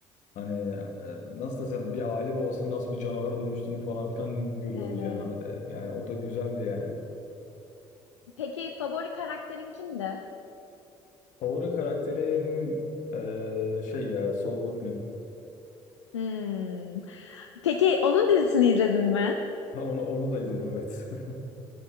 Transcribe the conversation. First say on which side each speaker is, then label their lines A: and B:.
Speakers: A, on the left; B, on the left.
A: Hani e, nasıl desem bir aile babasının nasıl bir canavara dönüştüğünü falan filan görüyoruz
B: Evet.
A: yani E, yani o da güzeldi yani.
B: Peki favori karakterin kimdi?
A: Favori karakterim e, şey ya Saul Goodman.
B: Hmm. Peki onun dizisini izledin mi?
A: <laughs> Onu onu da izledim evet. <laughs>